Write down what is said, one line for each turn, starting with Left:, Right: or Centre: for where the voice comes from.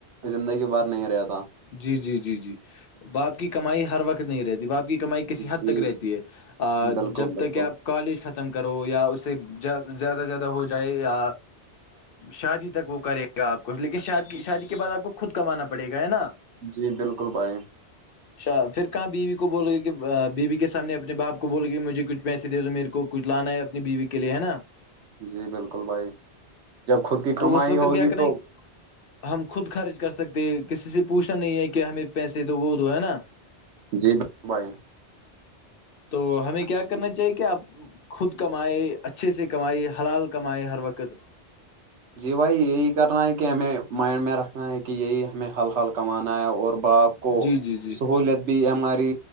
Right: زندگی باہار نہیں رہ تھا
Left: جی جی جی جی باپ کی کمائی ہر وقت نہیں رہتی باپ کی کمائی کسی حد
Right: جی
Left: تک رہتی ہے
Right: بالکل
Left: جب
Right: بالکل
Left: تک آپ کالج ختم کرو یا اس سے زیادہ زیادہ ہو جائے یا شادی تک وہ کرے گا آپ کو لیکن شی شادی کے بعد آپ کو خود کمانا پڑے گا ہے نا
Right: جی بالکل بھائی
Left: اچا پھر کہاں بیوی کو بول گے کہ بیوی کے سامنے اپنے باپ کو بول گے مجھے کچھ پیسے دو میرے کو کچھ لانا ہے اپنی بیوی کے لیے ہے نا
Right: جی بالکل بھائی جب خود کی
Left: تو
Right: کمائی
Left: اس وقت
Right: ہوگی
Left: کیا کریں
Right: تو
Left: ہم خود خرچ کر سکتے ہیں کسی سے پوچھنا نہیں ہے کہ ہمیں پیسے دو وہ دو ہے نا
Right: جی بالکل بھائی
Left: تو ہمیں
Right: ہاں
Left: کیا
Right: صحیح
Left: کرنا
Right: ہے
Left: چاہیے کہ آپ خود کمائے اچھے سے کمائے حلال کمائے ہر وقت
Right: جی بھائی یہی کرنا ہے کہ ہمیں مائنڈ میں رکھنا ہے کہ یہی ہمیں حل حال کمانا ہے اور با آپ کو
Left: جی جی جی
Right: سہولت بھی ہماری